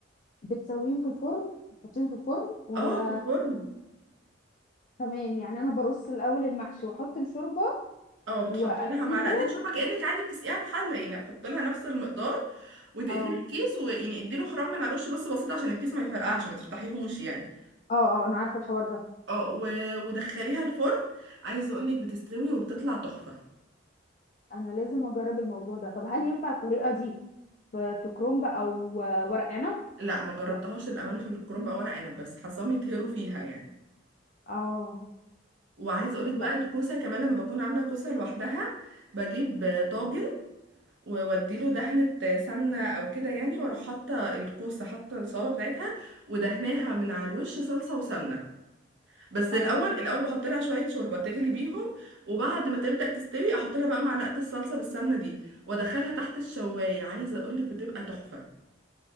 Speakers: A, on the left; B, on the right.
A: بتسويهم في الفرن تحطيهم في الفرن ولا
B: اه في الفرن
A: تمام يعني انا برص الاول المحشي واحط الشوربه
B: اه بتحط
A: واسيبه
B: لها معلقتين شوربه كانك عادي بتسقيها في حله يعني هتحط لها نفس المقدار وتقفلي
A: اه
B: الكيس ويعني اديله خرم من على الوش بس بسيط عشان الكيس ما يفرقعش ما تفتحيهوش يعني
A: اه اه انا عارفه الحوار ده
B: اه و... ودخليها الفرن عايزه اقول لك بتستوي وبتطلع تحفه
A: انا لازم اجرب الموضوع ده طب هل ينفع الطريقه دي في في كرومب او آه، ورق عنب
B: لا ما جربتهاش
A: و-
B: للامانه في الكرنب او ورق عنب بس حاساهم يتهروا فيها يعني
A: اه
B: وعايزه اقول لك
A: لا
B: بقى الكوسه كمان لما بكون عامله كوسه لوحدها بجيب طاجن ووديله دهنة سمنة أو كده يعني وأروح حاطة الكوسة حاطة الصوابع بتاعتها ودهناها من على الوش صلصة وسمنة بس الأول
A: اه
B: الأول بحط لها شوية شوربة تغلي بيهم وبعد ما تبدأ تستوي أحط لها بقى معلقة الصلصة بالسمنة دي وأدخلها تحت الشواية عايزة أقولك بتبقى تحفة